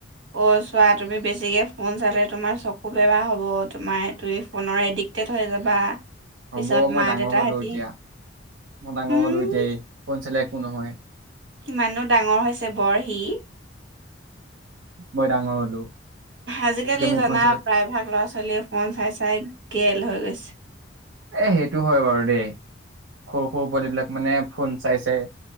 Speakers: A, on the right; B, on the right.
A: অ চোৱা তুমি বেছিকে ফোন চালে তোমাৰ চকু বেয়া হ'ব তোমাৰ তুমি ফোনৰ এডিক্টেড হৈ যাবা
B: হ'ব
A: পিছত
B: মই
A: মা
B: ডাঙৰ
A: দেউতাহঁতি
B: হলো এতিয়া মই ডাঙৰ
A: উম
B: হলো এতিয়া এইকণ চালে একো নহয়
A: কিমাননো ডাঙৰ হৈছে বৰ সি
B: মই ডাঙৰ হ'লো
A: আজিকালি
B: যে মোৰ
A: জানা
B: ফোন চালে
A: প্ৰায়ভাগ ল'ৰা ছোৱালীয়ে ফোন চাই চাই কেল হৈ গৈছে
B: এ সেইটো হয় বাৰু দেই সৰু সৰু পোৱালিবিলাক মানে ফোন চাইছে